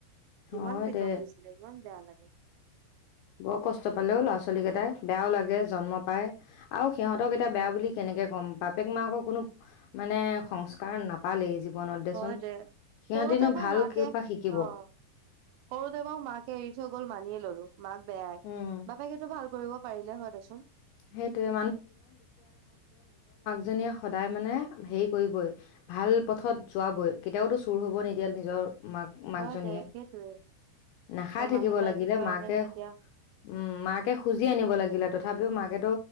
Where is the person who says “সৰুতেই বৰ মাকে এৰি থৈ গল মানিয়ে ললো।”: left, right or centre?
Right